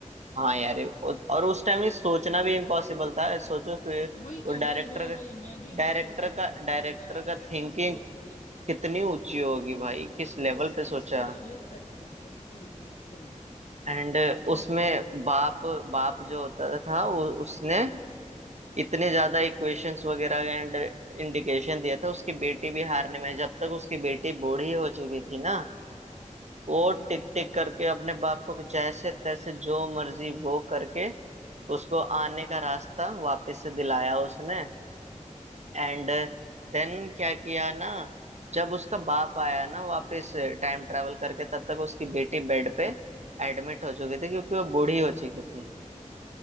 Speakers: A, on the right (about 60°); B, on the left (about 75°).
A: हाँ यार ये- और उस टाइम ये सोचना भी इम्पॉसिबल था सोचो कि
B: वही
A: वो
B: तो
A: डायरेक्टर
B: वही वही वही मैं भी वही
A: डायरेक्टर
B: सोच रहा
A: का
B: हूँ हाँ
A: डायरेक्टर
B: वो डायरेक्टर
A: का थिंकिंग
B: की सोच वही
A: कितनी ऊंची होगी भाई किस लेवल
B: किस
A: पे सोचा
B: किस लेवल तक थी बिल्कुल बिल्कुल
A: एंड
B: सही
A: उसमें
B: बोल रहा हूँ मतलब
A: बाप बाप जो होता था वो उसने इतने ज्यादा इक्वेशंस वगैरह एंड इंडिकेशन दिया था उसकी बेटी भी हारने में जब तक उसकी बेटी बूढ़ी हो चुकी थी ना वो
B: हम्म
A: टिक
B: हम्म
A: टिक करके अपने बाप को जैसे तैसे जो मर्जी वो करके उसको आने का रास्ता वापस से दिलाया उसने एंड देन क्या किया ना जब उसका बाप आया ना वापस टाइम ट्रैवल करके तब तक उसकी बेटी बेड पे एडमिट हो चुकी थी क्योंकि वो बूढ़ी हो चुकी थी